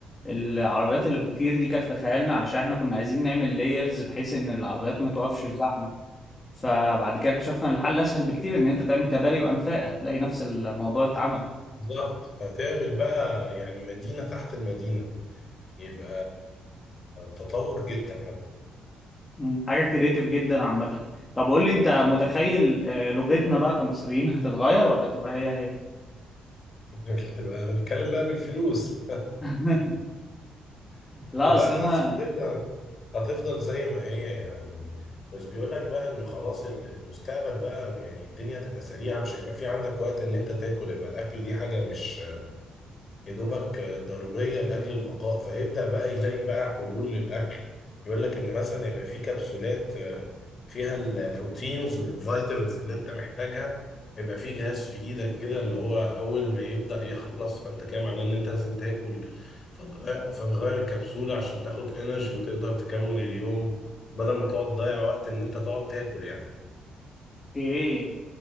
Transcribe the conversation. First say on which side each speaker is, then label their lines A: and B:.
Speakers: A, on the left (about 25°); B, on the left (about 45°).
A: العربيات اللي بتطير دي كانت في خيالنا علشان احنا كنا عايزين نعمل لايرز بحيث ان العربيات ما توقفش في زحمه فبعد كده اكتشفنا ان الحل اسهل بكتير ان انت تعمل كباري وانفاق هتلاقي نفس الموضوع اتعمل
B: بالظبط فتعمل بقى يعني مدينة تحت المدينة يبقى تطور جدا حتى
A: مم. حاجة كريتيف جدا عامة طب قول لي انت متخيل آه، لغتنا بقى كمصريين هتتغير ولا تبقى هي هي
B: <laughs> تبقى بنتكلم بقى بالفلوس
A: <laughs>
B: <laughs>
A: لا
B: لا
A: اصل انا
B: حاسس بجد هتفضل زي ما هي يعني بس بيقول لك بقى ان خلاص ال- المستقبل بقى يعني الدنيا هتبقى سريعة مش هيبقى في عندك وقت ان انت تاكل يبقى الاكل دي حاجة مش يا دوبك ضرورية لأجل البقاء فيبدأ بقى يلاقي بقى حلول للأكل يقول لك إن مثلا يبقى في كبسولات آه، فيها البروتينز والفيتامينز اللي أنت محتاجها يبقى في جهاز في إيدك كده اللي هو أول ما يبدأ يخلص فأنت كده معناه إن أنت لازم تاكل فتغ- فتغير الكبسولة عشان تاخد إنرجي وتقدر تكمل اليوم بدل ما تقعد تضيع وقت إن أنت تقعد تاكل يعني
A: ايه